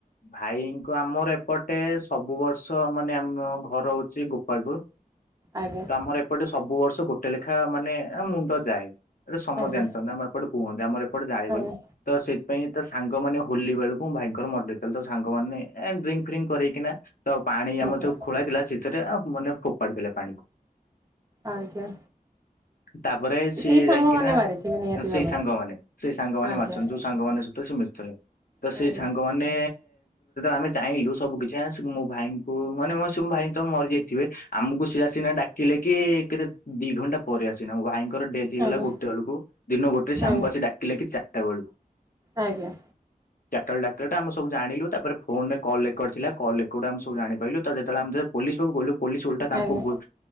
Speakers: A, on the left; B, on the right.
A: ଭାଇଙ୍କ ଆମର ଏପଟେ ସବୁ ବର୍ଷ ମାନେ ଆମ ଘର ହଉ ଶ୍ରୀ ଗୋପଳପୁର।
B: ଆଜ୍ଞା
A: ତ ଆମର ଏପଟେ ସବୁ ବର୍ଷ ଗୋଟେ ଲେଖା ମାନେ ମୁଣ୍ଡ ଯାଏ ଏଟ ସମ
B: ଆଜ୍ଞା
A: ଜାଣିଛନ୍ତି ଆମ ଏପଟେ କୁହନ୍ତି ଆମର ଏପଟ ଯାଏ
B: ଆଜ୍ଞା
A: ବୋଲି ତ ସେଥିପାଇଁ ତ ସାଙ୍ଗମାନେ ହୋଲି ବେଳକୁ ମୁଁ ଭାଇଙ୍କର ମ ଲେ ତ ସାଙ୍ଗମାନେ ଏ ଡ୍ରିଙ୍କ ଫ୍ରିଙ୍କ କରକି ତ ପାଣି
B: ଆଜ୍ଞା
A: ଆମର ତ ଖୋଳା ହେଇ ଥିଲା ଭିତରେ ମାନେ ଫୋପାଡି ଦେଲେ ପାଣିକୁ।
B: ଆଜ୍ଞା।
A: ତାପରେ ସିଏ
B: ସେଇ ସାଙ୍ଗମାନେ
A: ଯାଇକି ନା
B: ମାରିଥିବେ ନିହାତି
A: ସେଇ
B: ଭାବରେ
A: ସାଙ୍ଗମାନୋନ ସେଇ ସାଙ୍ଗମାନେ
B: ଆଜ୍ଞା
A: ମାରିଛନ୍ତି ଯୋଉ ସାଙ୍ଗ ମାନଙ୍କ ସହିତ ସେ ମିଶୁଥିଲେ ତ
B: ଆଜ୍ଞା
A: ସେଇ ସାଙ୍ଗମାନେ ଆମେ ଚାହିଁଲୁ ସବୁ କିଛି ମୋ ଭାଇଙ୍କୁ ମାନେ ଭାଇ ତ ମରିଯାଇଥିବେ ଆମକୁ ସିନା ସିନା ଥିଲେ କି କେତେ ଦି ଘଣ୍ଟା ପରେ ଆସିନା ମୋ ଭାଇଙ୍କର ଡେଥ ଗଲା
B: ହୁଁ
A: ଗୋଟେ ବେଳକୁ ଦିନ ଗୋଟେ ସାମକୁ
B: ଆଜ୍ଞା
A: ଆସି ଡାକିଲେ କି ଚାରିଟା ବେଳକୁ।
B: ଆଜ୍ଞା।
A: ଚାରିଟା ବେଳେ ଟା ଆେ ସବୁ ଜାିଲୁ ତାପରେ ଫୋନରେ କଲ ରେକର୍ ଥିଲା କଲ୍ରେର୍ଡ ଆମେ ସୁ ଜାଣି ପାଇଲୁ ତତେଳେ ଆମେ ପୋଲିସକୁ ଗଲୁ। ପୋଲିସ ଓଲଟା ତାଙ୍କୁ
B: ଆଜ୍ଞା
A: ଭ